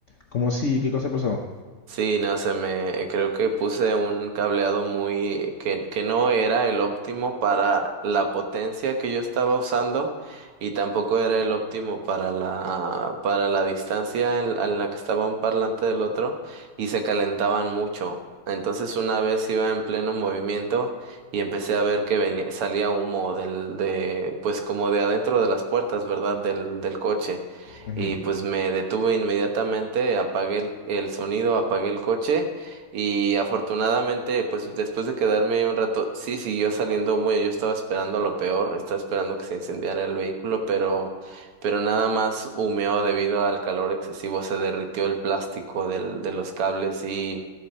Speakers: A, on the left; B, on the right.
A: ¿Cómo sí? ¿Qué cosa pasó?
B: Sí, no sé, me creo que puse un cableado muy que, que no era el óptimo para la potencia que yo estaba usando y tampoco era el óptimo para la para la distancia en, la en la que estaba un parlante del otro y se calentaban mucho. Entonces una vez iba en pleno movimiento y empecé a ver que venía, salía humo del de pues como de adentro de las puertas, ¿verdad? Del del coche
A: Ujú,
B: y pues me detuve inmediatamente, apagué el, el sonido, apagué el coche y afortunadamente pues después de quedarme ahí un rato, sí siguió saliendo humo, y yo estaba esperando lo peor, estaba esperando que se incendiara el vehículo, pero, pero nada más humeó debido al calor excesivo, se derritió el plástico del, de los cables y,